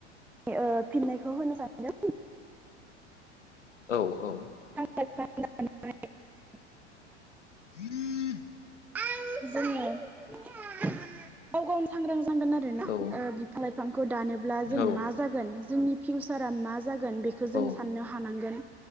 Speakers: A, in the centre; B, on the left.
A: ओ फिननायखौ होनो सानदों
B: औ औ
A: <unintelligible>
B: ह <inaudible>
A: <unintelligible> जोङो गाव गावनो सांग्रां ननांगोन आरोना
B: औ
A: बिफां लाइफांखौ दानोब्ला जों
B: औ
A: मा जागोन जोंनि पिउसारा मा जागोन जागोन बेखौ जों
B: औ
A: साननो हानांगोन